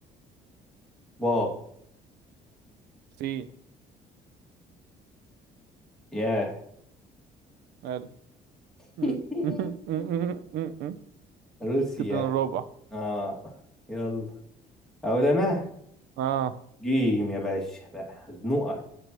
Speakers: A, in the centre; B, on the right (about 80°).
A: با
B: سين
A: ياه
B: الف م-
A: <laughs>
B: م- م- م- م- م.
A: روسيا
B: <laughs> كده انا رابع
A: اه يلا اقول انا
B: اه
A: جيم يا باشا بقى زنوقة